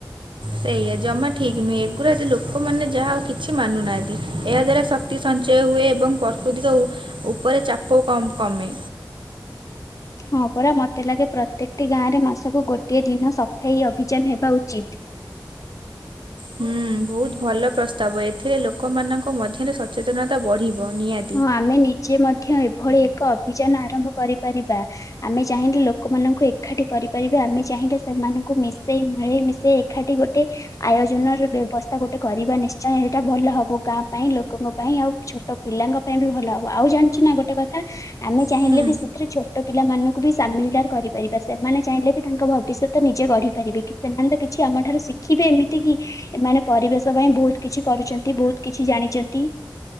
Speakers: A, on the right; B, on the left.
A: ସେଇଆ ଜମା ଠିକ୍ ନୁହେ ଏଗୁୁରା ଏଠି ଲୋକମାନେ ଯାହା ଆଉ କିଛି ମାନୁନାହାନ୍ତି ଏହା ଦ୍ଵାରା ଶ କ୍ତି ସଞ୍ଚୟ ହୁଏ ଏବଂ ପ୍ରକୃତିର ଉପରେ ଚାପ କ-କମେ।
B: ହଁ ପରା ମୋତେ ଲାଗେ ପ୍ରତ୍ୟେକଟି ଗାଁରେ ମାସକୁ ଗୋଟିଏ ଦିନ ସଫେଇ ଅଭିଯାନ ହେବା ଉଚିତ।
A: ହୁଁ ବହୁତ ଭଲ ପ୍ରସ୍ତାବ ଏଥିରେ ଲୋକମାନଙ୍କ ମଧ୍ୟରେ ସଚେତନତା ବଢିବ ନିହାତି।
B: ହଁ ଆମେ ନିଜେ ମଧ୍ୟ ଏଭଳି ଏକ ଅଭିଯାନ ଆରମ୍ଭ କରିପାରିବା। ଆମେ ଚାହିଁଲେ ଲୋକମାନଙ୍କୁ ଏକାଠି କରିପାରିବା ଆମେ ଚାହିଁଲେ ସେମାନଙ୍କୁ ମିଶେଇ ମିଳେଇ ମିଶେଇ ଏକାଠି ଗୋଟେ ଆୟୋଜନର ବ୍ୟବସ୍ଥା ଗୋଟେ କରିବା ନିଶ୍ଚୟ ସେଇଟା ଭଲ ହବ ଗାଁ ପାଇଁ ଲୋକଙ୍କ ପାଇଁ ଆଉ ଛୋଟ ପିଲାଙ୍କ ପାଇଁ ବି ଭଲ ହବ। ଆଉ ଜାଣିଚୁ ନା ଗୋଟେ କଥା‌। ଆମେ ଚାହିଁଲେ
A: ହୁଁ
B: ବି ସେଥିରେ ଛୋଟ ପିଲାମାନଙ୍କୁ ବି ସାମିଲଦାର କରିପାରିବା ସେମାନେ ଚାହିଁଲେ ବି ତାଙ୍କ ଭବିଷ୍ୟତ ତ ନିଜେ ଗଢି ପାରିବେ କି ସେମାନେ ତ କିଛି ଆମଠାରୁ ଶିଖିବେ ଏମିତି କି ଏମାନେ ପରିବେଶ ପାଇଁ ବହୁତ କିଛି କରୁଛନ୍ତି ବହୁତ କିଛି ଜାଣିଛନ୍ତି।